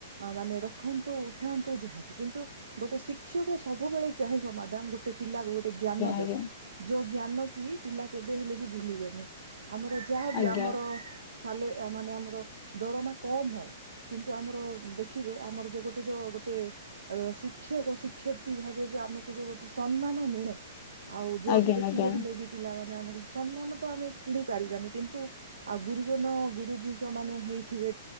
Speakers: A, on the right; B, on the left.
A: ଅ ମାନେ ରଖନ୍ତୁ ଉଠାନ୍ତୁ ଯାହାବି କିନ୍ତୁ ଗୋଟେ ଶିକ୍ଷକ ସବୁବେଳେ ଚାହିଁବ ମ୍ୟାଡାମ ଗୋଟେ ପିଲାକୁ ଗୋଟେ ଜ୍ଞାନ
B: ଆଜ୍ଞା
A: ଦେବ ଯୋଉ ଜ୍ଞାନ କି ପିଲା କେବେ ହେଲେ ବି ଭୁଲିବେନି ଆମର ଯାହାବି
B: ଆଜ୍ଞା
A: ଆମର ସାଲେ ମାନେ ଆମର ଦରମା କମ ହଉ କିନ୍ତୁ ଆମର ଦେଖିବେ ଆମର ଯୋଉ ଗୋଟେ ଯୋଉ ଗୋଟେ ଆ ଶିକ୍ଷକ ଶିକ୍ଷୟତ୍ରୀ ଭାବେ ଯୋଉ ଆମକୁ ଯୋଉ ଗୋଟେ ସମ୍ମାନ ମିଳେ ଆଉ ଯୋଉଠି
B: ଆଜ୍ଞା
A: ଦେଖିଲେ
B: ଆଜ୍ଞା
A: ହେଲେ ବି ପିଲାମାନେ ଆମକୁ ସମ୍ମାନ ତ ଆମେ କିଣି ପାରିବାନି କିନ୍ତୁ ଆଉ ଗୁରୁଜନ ଗୁରୁଜୀ ଯୋଉ ମାନେ ହେଇଥିବେ